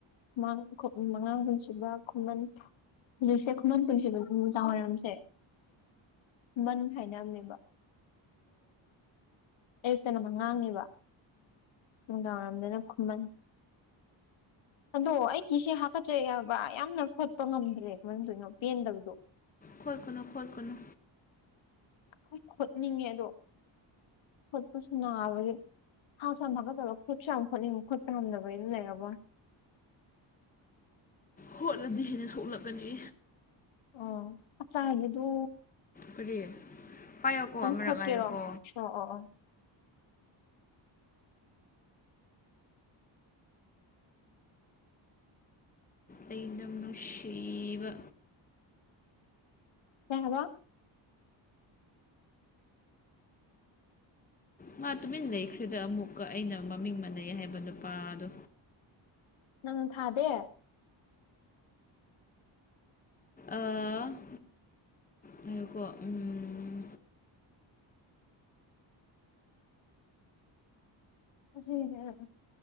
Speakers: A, on the left; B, on the left.
A: ꯥ ꯃꯥꯉꯥꯡ ꯄꯨꯟꯁꯤꯕ ꯈꯨꯃꯟ ꯍꯧꯖꯤꯛꯁꯦ ꯈꯨꯃꯟ ꯄꯨꯟꯁꯤꯕꯅꯦ ꯅꯨꯃꯤꯗꯥꯡꯋꯥꯏꯔꯝꯁꯦ ꯈꯨꯃꯟ ꯍꯥꯏꯅꯕꯅꯦꯕ ꯑꯌꯨꯛꯇꯅ ꯃꯉꯥꯡꯅꯦꯕ ꯅꯨꯡꯗꯥꯡꯋꯥꯏꯔꯝꯗꯅ ꯈꯨꯃꯟ ꯑꯗꯣ ꯑꯩꯒꯤꯁꯦ ꯍꯥꯀꯠꯆꯩ ꯌꯥꯕ ꯌꯥꯝꯅ ꯈꯣꯠꯄ ꯉꯝꯗ꯭ꯔꯦ ꯃꯔꯝꯗꯣꯏꯅꯣ ꯄꯦꯟꯗꯕꯗꯣ
B: ꯈꯣꯠ ꯀꯅꯨ ꯈꯣꯘ ꯀꯅꯨ
A: ꯍꯣꯏ ꯈꯣꯠꯅꯤꯡꯉꯦ ꯑꯗꯣ ꯈꯣꯠꯄꯁꯨ ꯅꯥꯕꯒꯤ ꯍꯥ ꯁꯨ ꯌꯥꯝꯒꯠ ꯆꯠꯕ ꯈꯣꯠꯁꯨ ꯌꯥꯝ ꯈꯣꯠꯄ ꯈꯣꯠꯄꯥ ꯉꯝꯗꯕꯒꯤ ꯂꯩꯔꯕ ꯋꯥꯅꯦ
B: ꯍꯣꯠꯂꯗꯤ ꯍꯦꯟꯅ ꯁꯣꯛꯂꯛꯀꯅꯤ
A: ꯑꯣ ꯑꯆꯥꯒꯤꯗꯨ
B: ꯀꯔꯤ ꯄꯥꯏꯌꯣꯀꯣ ꯑꯃꯔꯛ
A: ꯈꯣꯠꯀꯦꯔꯣ
B: ꯉꯥꯏꯌ‌ꯣꯀꯣ
A: ꯑꯣ ꯑꯣ ꯑꯣ
B: ꯑꯩ ꯅꯪ ꯅꯨꯡꯁꯤꯕ
A: ꯀꯩ ꯍꯥꯏꯕ
B: ꯃꯥ ꯇꯨꯃꯤꯟ ꯂꯩꯈ꯭ꯔꯦꯗ ꯑꯃꯨꯛꯀ ꯑꯩꯅ ꯃꯃꯤꯡ ꯃꯥꯟꯅꯩ ꯍꯥꯏꯕ ꯅꯨꯄꯥꯗꯣ
A: ꯅꯪ ꯊꯥꯗꯦ
B: ꯑꯥ <unintelligible> ꯉꯥꯏꯈ‌ꯣꯀꯣ ꯎꯝ
A: <unintelligible>